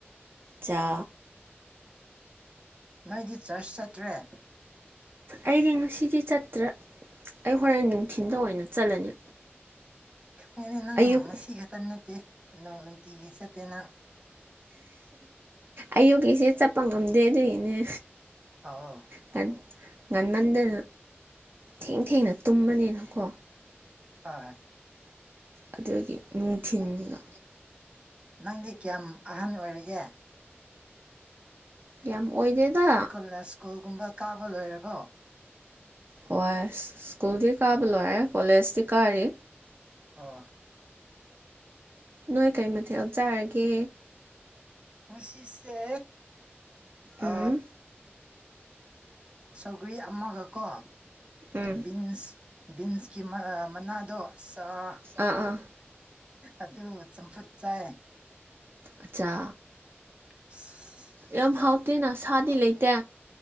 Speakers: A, on the right (about 55°); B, on the right (about 30°).
A: ꯆꯥ
B: ꯅꯣꯏꯗꯤ ꯆꯔꯆ ꯆꯠꯇ꯭ꯔꯦ
A: ꯑꯩꯗꯤ ꯉꯁꯤꯗꯤ ꯆꯠꯇ꯭ꯔ ꯑꯩ ꯍꯣꯔꯦꯟ ꯅꯨꯡꯊꯤꯟꯗ
B: ꯑꯣ
A: ꯑꯣꯏꯅ ꯆꯠꯂꯅꯤ
B: ꯈꯪꯉꯦꯅꯦ ꯅꯪ
A: ꯑꯌꯨꯛ
B: ꯉꯁꯤ ꯈꯛꯇ ꯅꯠꯇꯦ ꯅꯪ ꯅꯨꯡꯇꯤꯒꯤ ꯆꯠꯇꯦ ꯅꯪ
A: ꯑꯌꯨꯀꯤꯁꯦ ꯆꯠꯄ ꯉꯝꯗꯦ ꯑꯗꯨꯒꯤꯅꯦ
B: ꯑꯧ
A: ꯀꯟ ꯉꯟꯃꯟꯗ ꯊꯦꯡ ꯊꯦꯡꯅ ꯇꯨꯝꯕꯅꯤꯅꯀꯣ
B: ꯍꯣꯏꯣꯏ
A: ꯑꯗꯨꯗꯒꯤ ꯅꯨꯡꯊꯤꯤꯟꯒ
B: ꯅꯪꯗꯤ ꯀꯌꯥꯝ ꯑꯍꯟ ꯑꯣꯏꯔꯤꯒꯦ
A: ꯌꯥꯝ ꯑꯣꯏꯗꯦꯗ
B: ꯀꯣꯂ ꯁ꯭ꯀꯨꯜꯒꯨꯝꯕ ꯀꯥꯕ ꯂꯣꯏꯦꯔꯕꯣ
A: ꯍꯣꯏ ꯁ꯭ꯀꯨꯜꯗꯤ ꯀꯥꯕ
B: ꯑꯣ
A: ꯂꯣꯏꯔꯦ ꯀꯣꯂꯦꯖꯇꯤ ꯀꯥꯔꯤ
B: ꯑ
A: ꯅꯣꯏ ꯀꯔꯤꯃꯊꯦꯜ ꯂꯧꯞ ꯆꯔꯒꯦ
B: ꯃꯁꯤꯁꯤꯁꯦ
A: ꯎꯝ
B: ꯑ ꯁꯧꯒꯔꯤ ꯑꯃꯒꯀꯣ
A: ꯎꯝ
B: ꯕꯤꯟꯁ ꯕꯤꯟꯁꯀꯤ ꯃꯅꯥꯗꯣ ꯑꯗꯨ
A: ꯑꯥ ꯑꯥ
B: ꯑꯗꯨ ꯆꯝꯄꯨꯠ ꯆꯥꯏ
A: ꯑꯆꯥꯆꯥ
B: ꯑꯁ,
A: ꯌꯥꯝ ꯍꯥꯎꯇꯦꯅ ꯁꯥꯗꯤ ꯂꯩꯇꯦ